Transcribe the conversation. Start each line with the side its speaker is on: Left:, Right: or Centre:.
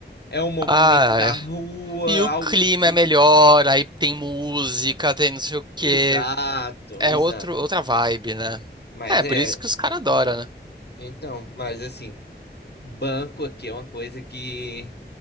Left: é um movimento
Right: Ah,
Left: da
Right: é.
Left: rua,
Right: E o
Left: algo
Right: clima
Left: do tipo.
Right: é melhor, aí tem música, tem não sei o quê.
Left: Exato,
Right: É
Left: exato.
Right: outro, outra vibe, né?
Left: Mas
Right: É, por
Left: é,
Right: isso que os caras adoram, né?
Left: então, mas assim, banco aqui é uma coisa que